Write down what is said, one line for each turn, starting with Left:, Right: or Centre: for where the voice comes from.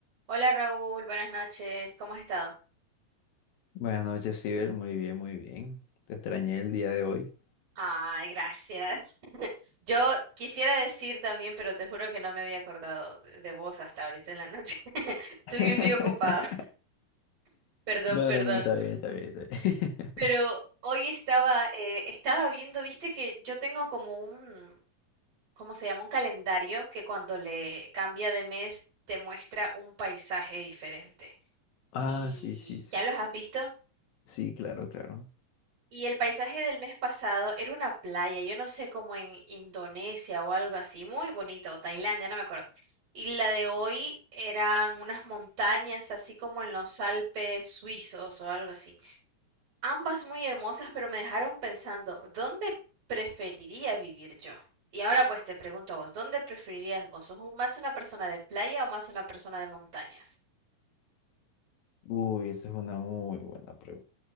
Right: Hola Raúl, buenas noches, ¿cómo has estado?
Left: Buenas noches, Sibel. Muy bien, muy bien. Te extrañé el día de hoy.
Right: Ay, gracias. <laughs> Yo quisiera decir también, pero te juro que no me había acordado de de vos hasta ahorita en la noche. <laughs>
Left: <laughs>
Right: Tuve un día ocupado, <laughs> perdón,
Left: No,
Right: perdón.
Left: no, no, está bien, está bien, está bien. <laughs>
Right: Pero hoy estaba, eh, estaba viendo, viste que yo tengo como un, ¿cómo se llama? Un calendario que cuando le cambia de mes te muestra un paisaje diferente.
Left: Ah,
Right: ¿Y
Left: sí, sí, sí.
Right: ya los
Left: Sí,
Right: has visto?
Left: Sí, claro, claro.
Right: Y el paisaje del mes pasado era una playa, yo no sé, como en Indonesia o algo así, muy bonito, o Tailandia, no me acuerdo. Y la de hoy eran unas montañas, así como en los Alpes suizos o algo así. Ambas muy hermosas, pero me dejaron pensando, ¿dónde preferiría vivir yo? Y ahora pues te pregunto a vos, ¿dónde preferirías vos? ¿Sos un- más una persona de playa o más una persona de montañas?
Left: Uy, esa es una muy buena pregunta.